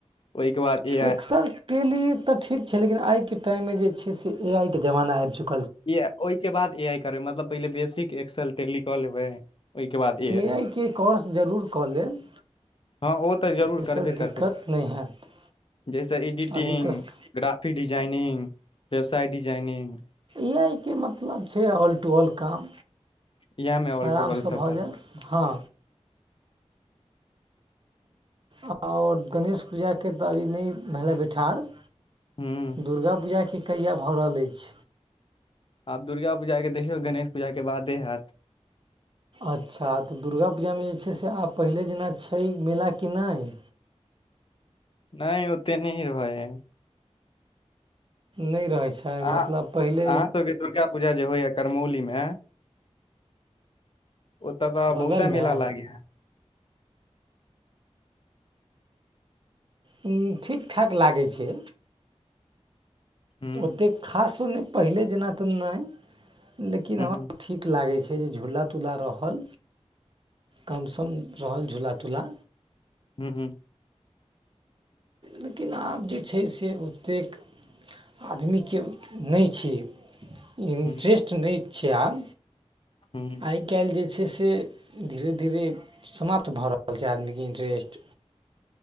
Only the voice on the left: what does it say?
ओहिके बाद ए
ए-ओइके बाद ए आई करैइ मतलब पहिले बेसिक एक्सेल टेली क लेबै। ओहिके बाद
आई
हँ ओ तऽ जरूर
करबे
करबै।
जैसऽ इडिटिंग,
ग्राफि डिजाइनिंग, बेवसाय डिजाइनिंग
इएह मे ऑल
टू ऑल
सबटा
ह
आब दुर्गा पूजाके देखियौ, गणेश पूजाके बादे हैत।
नैय ओते नैय रहै हइ।
अह-अहाँ
सबके दुर्गा पूजा जे होइयैऽ करमौली में ओतऽ तऽ
बहुते मेला लागै हैऽ।
हूँ
हूँ
हूँ
हू-हूँ।
हूँ
हूँ।